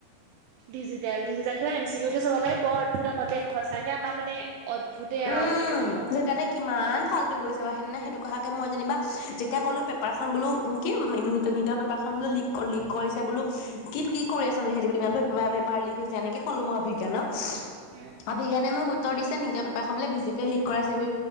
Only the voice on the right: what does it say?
ডিজিটেল ডিজিটেল ক এম চিওতে চাব পাৰি বদ ভুত আগতে সঁচাকে আমাৰ মানে অদ্ভুতে
আৰু মানে কৈছো নহয়
উম,